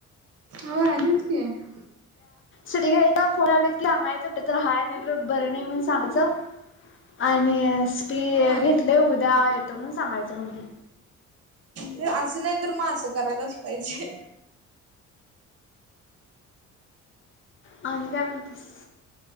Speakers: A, on the right; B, on the left.
A: हो आजच क
B: सुटी घाय फोन आलेत की हंगायचं कठ तर हय नाही बरं नाही म्हण सांगचं आणि ती
A: हा
B: घेतलीय उद्या येतो मण सांगायचं म्हणली
A: ते असं नाही तर मग असं करायलाच पाहिजे
B: आणि काय म्हणतेस